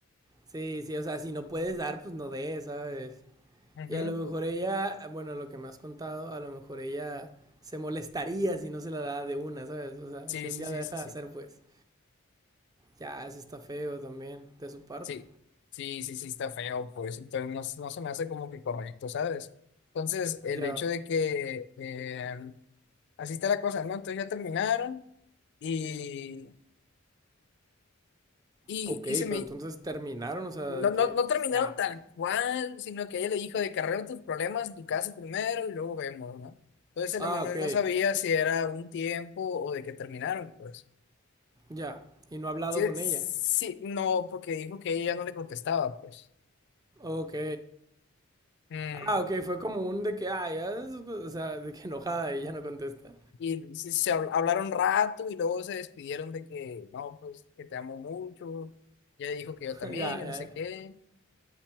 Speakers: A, on the right (about 20°); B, on the left (about 55°).
A: Sí, sí. O sea, si no puedes dar, pues no des, ¿sabes?
B: Ujú.
A: Y a lo mejor ella, bueno, lo que me has contado, a lo mejor ella se molestaría si no se la da de una, ¿sabes? O sea,
B: Sí,
A: si un
B: sí,
A: día
B: sí,
A: la deja
B: sí, sí.
A: de hacer, pues ya, eso está feo también de su parte.
B: Sí, sí, sí, sí, está feo, pues. Entonces no, se- no se me hace como que correcto, ¿sabes? Entonces, el
A: Ya,
B: hecho de que eh, así está la cosa, ¿no? Entonces ya terminaron y, y,
A: ok,
B: y se me.
A: pero entonces terminaron, o sea,
B: No,
A: de
B: no,
A: que
B: no
A: pues,
B: terminaron
A: ya,
B: tal
A: pues.
B: cual, sino que ella le dijo de que arregla tus problemas, tu casa primero y luego vemos, ¿no? Entonces el
A: Ah,
B: Emanuel
A: ok,
B: no sabía si era un tiempo o de que terminaron, pues.
A: ya. Y no ha hablado
B: Sí,
A: con
B: sí,
A: ella.
B: no, porque dijo que ella no le contestaba, pues.
A: Ok.
B: Mm,
A: Ah, ok, fue como un de que, ah, ya, o sea, de que enojada y ya no contesta.
B: Y se, se habl- hablaron un rato y luego se despidieron de que, no, pues que te amo mucho. Ella dijo
A: <laughs>
B: que yo también,
A: ya,
B: que
A: ya,
B: no sé
A: ya.
B: qué.